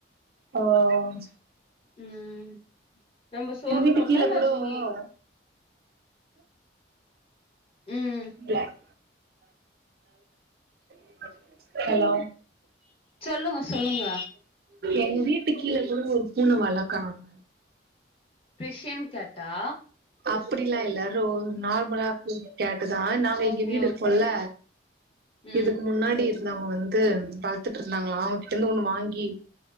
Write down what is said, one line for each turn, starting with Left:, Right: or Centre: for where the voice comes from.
Right: ஓம்
Left: ம் நம்ம சோறு
Right: உங்க வீட்டு
Left: போட்டா
Right: கீழே கூடோ
Left: அதுங்க
Right: ஓ
Left: ம்
Right: பில <inaudible> <inaudible> ஹலோ
Left: சொல்லுங்க சொல்லுங்க
Right: எங்க வீட்டு கீழ கூட ஒரு பூனை வளர்க்கறாங்க
Left: கிரிஷன் கேட்டா
Right: அப்டிலாம் இல்லரோ நார்மலா கிட் கேட் அதான் நாங்க
Left: ஓகே
Right: இங்க வீடு
Left: ஓகே
Right: இருக்கோம்ல
Left: ம்
Right: இதுக்கு முன்னாடி இர் அவங்க வந்து வளர்த்திட்டுருதாங்களா இன்னொன்னு வாங்கி